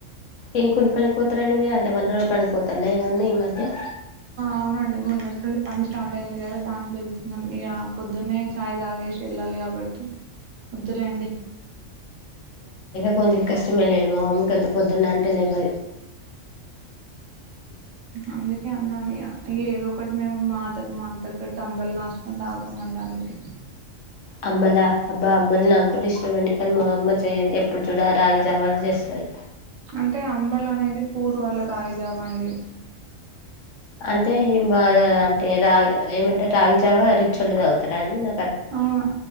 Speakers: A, on the left (about 70°); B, on the right (about 75°).
A: ఏం కూలి పనికి పోతరండి మీరు అంటే వంద రోజులు పనిపోతాల్ల ఏమన్నా ఈ మధ్య
B: అవునండి మొన్నట్టుండి పని స్టార్ట్ అయింది గద దానికి ఎళ్తున్నాం ఇగ పొద్దున్నే ఛాయ్ దాగేశి ఎళ్ళాలి గాబట్టి ఒద్దులేండి
A: కొంజెం కష్టమే లేండి మా మమ్మీకి అంత పొద్దున్న అంటే లెవ్వది
B: అందుకే అన్నాను ఇఅ ఏదో ఒకటి మేము మా దగ్గ్ మాకు దగ్గట్టు అంబలి గాస్కొని దాగుతమండి అ దుకే
A: అంంలా అబ్బా అంబలి నాక్ గూడ్ ఇష్టంమండి కానీ మా అమ్మ చెయ్యదు ఎప్పుడు చూడు ఆ రాగి జావానే చేస్తది
B: అంటే అంబల్ అనేది పూర్ వాళ్ళ రాగిజావా అండి
A: అంటే ఏం బా అంటే రాగి ఏమంటే రాగి జావా రిచ్ ఓళ్ళు దాగుతరా అండి నా
B: అవును